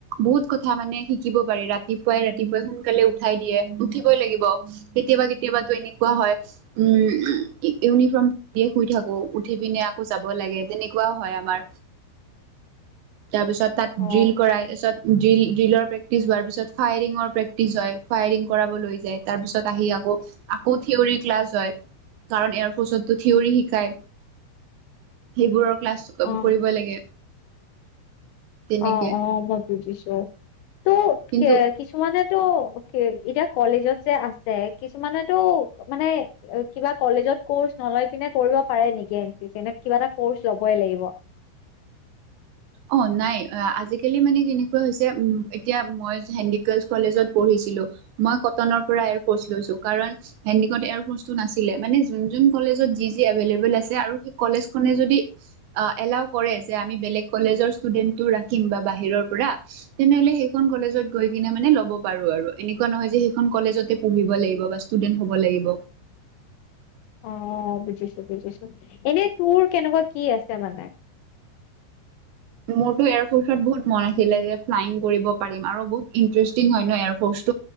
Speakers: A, on the right; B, on the left.
A: বহুত কথা মানে শিকিব পাৰি ৰা ৰাতিপুৱাই ৰাতিপুৱাই সোনকালে উঠাই দিয়ে উঠিবই লাগিব কেতিয়াবা কেতিয়াবাতো এনেকুৱা হয় উম উমম ইউনিফৰ্ম দিয়ে শুই থাকো উঠি পিনে আকৌ যাব লাগে তেনেকুৱাও হয় আমাৰ
B: <inaudible>
A: তাৰ পিছত তাত
B: অ
A: ড্ৰিল কৰা তাছত ড্ৰিল ড্ৰিলৰ প্ৰেক্টিছ হোৱাৰ পিছত ফায়ৰিঙৰ প্ৰেক্টিচ হয় ফায়ৰিং কৰাব লৈ যায় তাৰ পিছত আহি আকৌ আকৌ থিয়ৰী ক্লাছ হয় কাৰণ এয়াৰফৰ্চতো থিয়ৰী শিকাই সেইবোৰক ক্লাছ
B: অ
A: কৰিব লাগে তেনেকে
B: অ অ মই বুজিছো ত
A: কিন্তু
B: কিছুমানেতো। এতিয়া কলেজত যে আছে কিছুমানেতো মানে কিবা কলেজত কৰ্চ ন কৰিব পাৰে নেকি কিবা এটা কৰ্চ লবই লাগিব।
A: অ নাই আজিকালি মানে কেনেকুৱা হৈছে উ এতিয়া মই হেণ্ডিক গালছ কলেজত পঢ়িছো। নাছিলোঁ মই কটনৰ পৰা এয়াৰ কৰ্চ লৈ চো কাৰণ সন্দিকত এয়াৰ কৰ্চ নাছিলে। কলেজত যি যি এভেল এবোল আছে আৰু সেই কলেজখনে যদি এ এলাও কৰে যে আমি বেলেগ, কলেজৰ ষ্টুডেন্টো ৰাখিম বা বাহিৰৰ পৰা তেনেহলে সেইখন কলেজত গৈ কিনে মানে ল'ব পাৰো। বাৰু এনেকুৱা নহয় যে সেইখন কলেজতে পঢ়িব লাগিব বা ষ্টুডেণ্ট হব লাগিব,
B: <inaudible> অ বুজিছো বুজিছো এনে তোৰ কেনেকুৱা কি আছে মানে। <inaudible>
A: মোৰতটো এয়াৰফ'ৰ্চত বহুত মন আছিলে যে ফ্লাইিং কৰিব পাৰি আৰু বহুত ইণ্টাৰেষ্টিং হয় ন এয়াৰফৰ্চ,